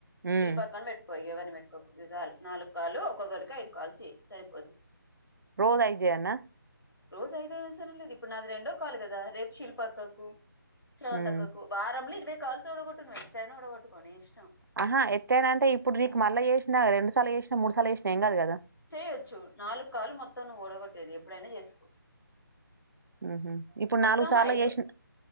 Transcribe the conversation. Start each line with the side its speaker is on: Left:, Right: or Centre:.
Right: ఉమ్
Left: శిల్పక్కని బెట్టుకో ఇగ ఎవరిని బెట్ అక్కకు నిజాలు నాలుక్కాలు క్కొగరికి ఐదు కాల్స్ చై సరిపోద్ది.
Right: రోజు ఐద్ చేయాల్నా
Left: రోజు ఐదేం అవసరం లేదు ఇప్పుడు నాది రెండో కాల్ కదా, రేపు శిల్ప అక్కకు శ్రవంతక్కకు
Right: ఉమ్
Left: వారమ్లో ఇదిబె కాల్స్ కూడా కొట్టు నువ్వెట్లాయిన ఊడగొట్టుకో నీ ఇష్టం.
Right: ఆహా ఎత్తాన అంటే ఇప్పుడు నీక్ మళ్ళ చేసినా, రెండుసార్లు చేసినా, మూడుసార్లు చేసినా ఏం కాదు కదా!
Left: చేయొచ్చు నాలుగు కాళ్లు మొత్తం నువ్వు ఊడగొట్టేది ఎప్పుడైనా చేసుకో
Right: ఉహు ఇప్పుడు
Left: మొత్తం
Right: నాలుగు సార్లు
Left: ఐదు,
Right: చేసిన